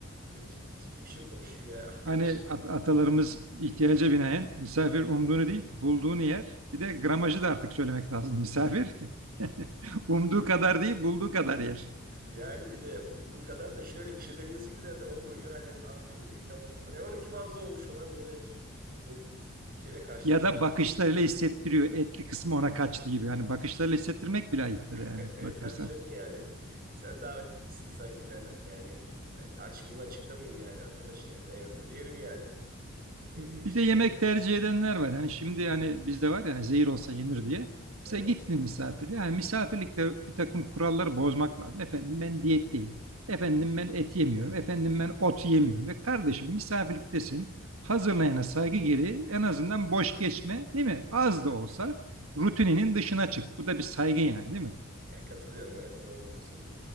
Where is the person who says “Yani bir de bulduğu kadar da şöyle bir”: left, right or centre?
Right